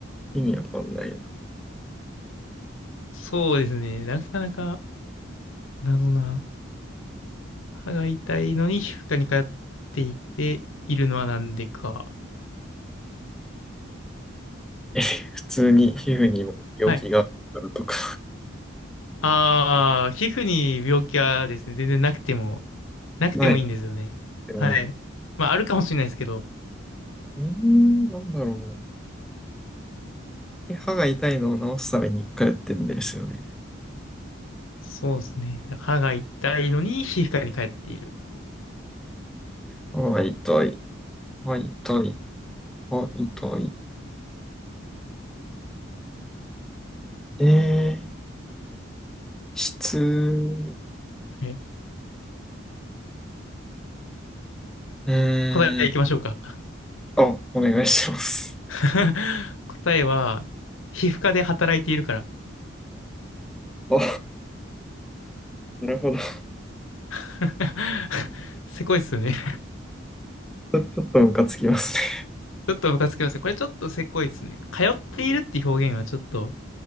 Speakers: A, in the centre; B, on the left (about 80°).
A: 意味わかんないな。
B: そうですね。なかなか謎な、歯が痛いのに皮膚科に通っていて、いるのはなんでか。
A: <laughs> え普通に皮膚にも病気があるからとか、
B: はい。ああ、皮膚に病気はですね、全然なくても、
A: <laughs>
B: なくてもいいんですよね。
A: ない。でもいい。
B: はい。まあ、あるかもしれないですけど、
A: えー、なんだろう。え歯が痛いのを治すために一回打ってんですよね。
B: そうですね。歯が痛いのに皮膚科に通っている。
A: 歯が痛い。歯痛い。歯痛い。えー、質、う
B: はい。
A: ーん。
B: 答えいきましょうか。
A: あ、お願いします。
B: <laughs> 答えは、皮膚科で働いているから。
A: <laughs> あ、なるほど。ち
B: <laughs> せこいっすよね。
A: ょっとムカつきますね。
B: ちょっとムカつきますね。これちょっとせこいっすね。通っているって表現はちょっと